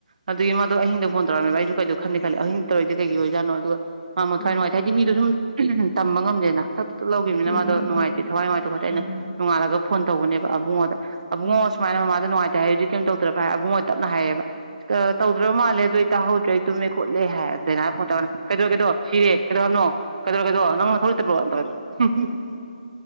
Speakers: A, on the right; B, on the left.
A: ꯑꯗꯨꯏ ꯃꯥꯗꯣ ꯑꯍꯤꯡꯗ ꯐꯣꯟ ꯇꯧꯔꯛꯑꯝꯃꯦꯕ ꯑꯩꯁꯨ ꯀꯩꯗꯧ ꯈꯜꯂꯤ ꯈꯜꯂꯤ ꯑꯍꯤꯡ ꯇꯧꯔꯛꯏꯁꯦ ꯀꯩꯒꯤ ꯑꯣꯏꯖꯠꯅꯣ ꯑꯗꯨꯒ ꯃꯥ ꯃꯊꯋꯥꯏ
B: ꯎꯝ
A: ꯅꯨꯡꯉꯥꯏ ꯍꯥꯏꯗꯤ ꯃꯤꯗ‌ꯣ ꯁꯨꯝ ꯎꯝ ꯇꯝꯕ ꯉꯝꯗꯦꯅ ꯂꯧꯈꯤꯕꯅꯤꯅ
B: ꯎꯝ
A: ꯃꯥꯗ‌ꯣ ꯊꯋꯥꯏꯅꯨꯡꯉꯥꯏꯇ‌ꯦ ꯈ‌ꯣꯠꯇ‌ꯦ ꯑꯩꯅ
B: ꯎꯝ
A: ꯅ‌ꯣꯡꯉꯥꯜꯂ ꯐꯣꯟ ꯇꯧꯕꯅꯦꯕ ꯑꯕꯨꯡꯉꯣꯗ ꯑꯕꯨꯡꯉ‌ꯣ
B: ꯎꯝ
A: ꯁꯨꯃꯥꯏꯅ ꯃꯥꯃꯥ ꯗ‌ꯣ ꯅꯨꯡꯉꯥ ꯇ‌ꯦꯁꯨ ꯍꯥꯏ ꯍꯧꯖꯤꯛ ꯀꯩꯝ ꯇꯧꯗ꯭ꯔꯕ ꯑꯕꯨꯡꯉꯣ ꯇꯞꯅ ꯍꯥꯏꯌꯦꯕ ꯇꯧꯗ꯭ꯔꯕ ꯃꯥꯜꯂꯦ ꯑꯗꯨꯏ ꯇꯥꯍꯧꯗꯔꯦ ꯇꯨꯝꯃ‌ꯦ ꯈꯣꯠꯂꯦ ꯍꯥꯏ ꯕ‌ꯦꯅꯥꯎ ꯐꯣꯟ ꯇꯧꯅ ꯀꯩꯗꯧꯔꯒ‌ꯦ ꯗꯣ ꯁꯤꯔꯦ ꯀꯩꯗꯧ ꯍꯥꯏꯕꯅꯣ ꯀꯩꯗꯧꯔꯥꯒ‌ꯦꯗꯣ ꯅꯪ ꯅꯊꯧ ꯂꯩꯇꯕꯔ‌ꯣ ꯍꯥꯏꯅ ꯇꯧꯔꯛꯏ